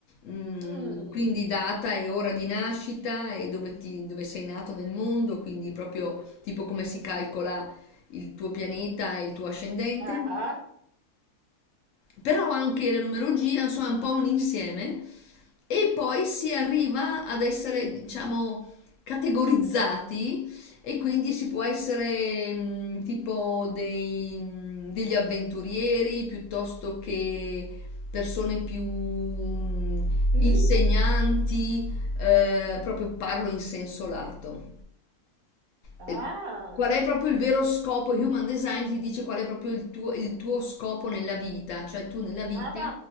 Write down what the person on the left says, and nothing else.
mm,
quindi data e ora di nascita e dove, ti- dove sei nato nel mondo, quindi proprio tipo come si calcola il tuo pianeta e il tuo ascendente.
Però anche la numerologia, insomma, è un po' un insieme e poi si arriva ad essere, diciamo, categorizzati e quindi si può essere mh, tipo dei, mh, degli avventurieri piuttosto che persone più mh,
insegnanti, eh, proprio parlo in senso lato
eh, qual è proprio il vero scopo? Human Design ti dice qual è proprio il tuo, il tuo scopo nella vita, cioè tu nella vita